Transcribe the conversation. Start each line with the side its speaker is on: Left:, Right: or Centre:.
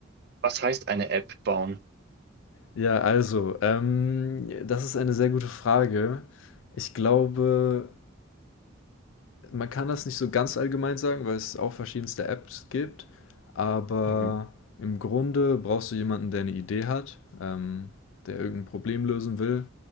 Right: Was heißt eine App bauen?
Left: Ja, also, ähm, das ist eine sehr gute Frage. Ich glaube, man kann das nicht so ganz allgemein sagen, weil es auch verschiedenste Apps gibt. Aber
Right: Mhm.
Left: im Grunde brauchst du jemanden, der eine Idee hat, ähm, der irgendein Problem lösen will.